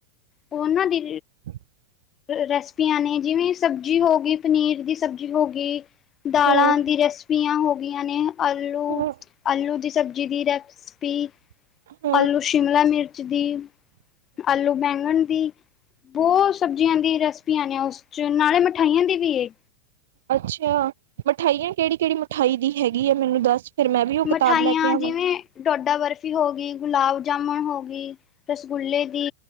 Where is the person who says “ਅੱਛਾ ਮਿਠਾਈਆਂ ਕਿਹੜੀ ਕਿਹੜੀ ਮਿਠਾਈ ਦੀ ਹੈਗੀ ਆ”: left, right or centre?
Right